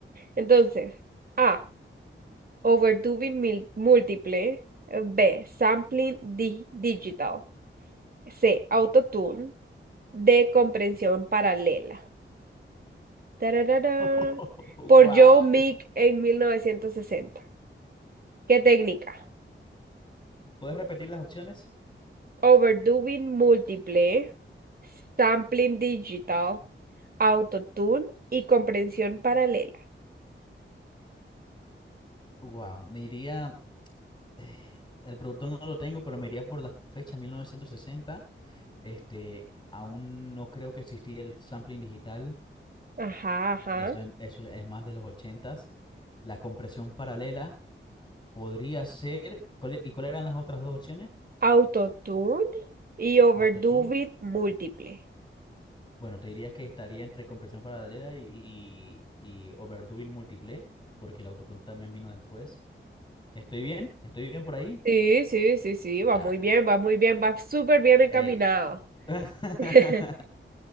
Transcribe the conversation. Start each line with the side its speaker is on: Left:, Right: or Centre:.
Right: Entonces, A. Overdubbing mil- múltiple. B. Sampling di- digital. C, autotune. D, comprensión paralela. Tararara.
Left: <laughs> Wow.
Right: Por Joe Meek en 1960. ¿Qué técnica?
Left: ¿Puedes repetir las opciones?
Right: Overdubbing múltiple, sampling digital, autotune y comprensión paralela.
Left: Wow, me iría, eh, el productor no lo tengo, pero me iría por la fecha 1960. Este, aún no creo que existía el sampling digital,
Right: Ajá, ajá.
Left: eso, es- eso es más de los ochentas. La compresión paralela Podría ser. ¿cuál- e-, ¿Y cuáles eran las otras dos opciones?
Right: Autotune y overdubbing
Left: Autotune.
Right: múltiple.
Left: Bueno, te diría que estaría entre compresión paralela y, y, y overdubbing múltiple, porque el autotune también vino después. ¿Estoy bien? ¿Estoy bien por ahí?
Right: Sí, sí, sí, sí, va
Left: Da-
Right: muy bien, va muy bien, va súper bien encaminado.
Left: eh. <laughs>
Right: <laughs>